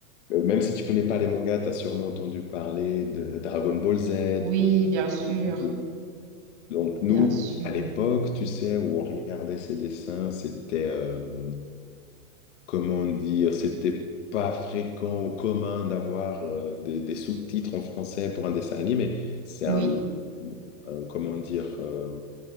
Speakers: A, on the left; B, on the right.
A: euh, même si tu connais pas les mangas, tu as sûrement entendu parler de Dragon Ball Z.
B: Oui, bien sûr,
A: de- Donc
B: bien
A: nous,
B: sûr.
A: à l'époque, tu sais, où on regardait ces dessins, c'était euh, comment dire, c'était pas fréquent ou commun d'avoir euh, des, des sous-titres en français pour un dessin animé. C'est
B: Oui,
A: un, un, comment dire, euh,